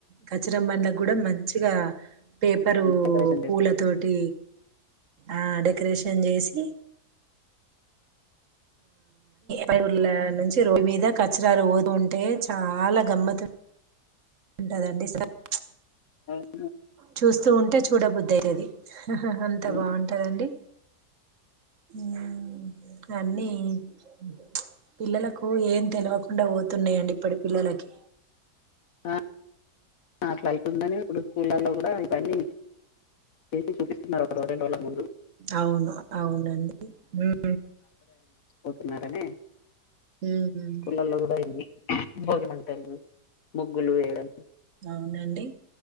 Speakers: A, on the right (about 55°); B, on the left (about 60°).
A: కచ్చిరం బండ్లకు గుడా మంచిగా పేపరు
B: డెకరేషన్ చేస్తారు
A: పూలతోటి ఆ డెకరేషన్ చేసి ఆ ఊర్ల నుంచి రోడ్ మీద కచరాలు పోతుంటే చాలా గమ్మతు ఉంటదండి స చ్
B: ఆ
A: చూస్తూఉంటే చూడబుద్దయితది. అంతా
B: ఉమ్
A: బావుంటదండి. హ్ అన్నీ చ్ పిల్లలకు ఏం తెలవకుండా పోతున్నయండి ఇప్పటి పిల్లలకి.
B: ఆ అట్లా అయితుందని ఇప్పుడు స్కూళ్లలో కూడా ఇవన్నీ చేసి చూపిస్తున్నరు ఒకటి రెండు రోజుల ముందు.
A: అవును అవునండి. హ్
B: పోతున్నారని
A: మ్మ్
B: స్కూలల్లో కూడా ఇవి బోగిమంటలు, ముగ్గులు వేయడం
A: అవునండి